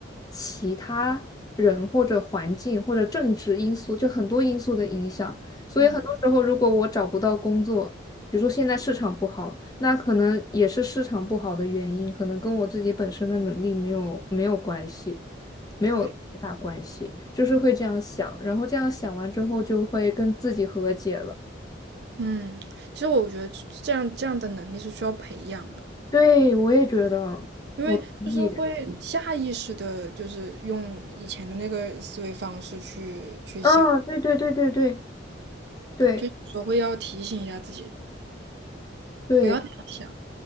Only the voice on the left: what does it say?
其他人或者环境或者政治因素，就很多因素的影响，所以很多时候如果我找不到工作。
比如说现在市场不好，那可能也是市场不好的原因，可能跟我自己本身的能力没有没有关系，没有太大关系，
就是会这样想，然后这样想完之后就会跟自己和解了。
对，我也觉得，
我同意。
嗯，对对对对对对
对，